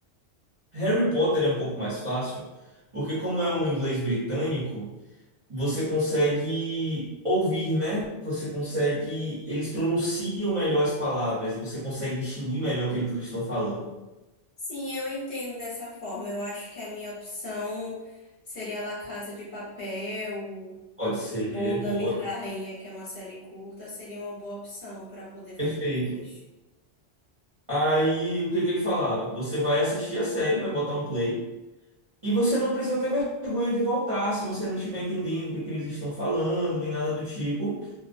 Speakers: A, on the right; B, on the left.
A: Harry Potter é um pouco mais fácil, porque como é um inglês britânico, você consegue ouvir, né? Você consegue, eles pronunciam melhor as palavras e você consegue distinguir melhor aquilo que eles estão falando.
B: Sim, eu entendo dessa forma. Eu acho que a minha opção seria La Casa de Papel
A: Pode ser,
B: ou Gambito
A: boa. <laughs>
B: da Rainha, que é uma série curta, seria uma boa opção para poder fazer
A: Perfeito.
B: esse texto.
A: Aí, o que que ele falava? Você vai assistir a série, vai botar um play. E você não precisa ter vergonha de voltar se você não estiver entendendo o que que eles estão falando, nem nada do tipo.